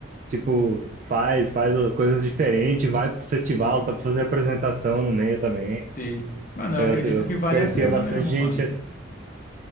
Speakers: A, on the right; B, on the left.
A: tipo, faz, faz coisas diferentes, vai pro festival
B: Sim,
A: só pra fazer apresentação no meio também.
B: sim. Mano,
A: Eu,
B: eu acredito
A: eu
B: que vale
A: conhecia
B: a pena
A: bastante
B: mesmo,
A: gente
B: mano.
A: assim.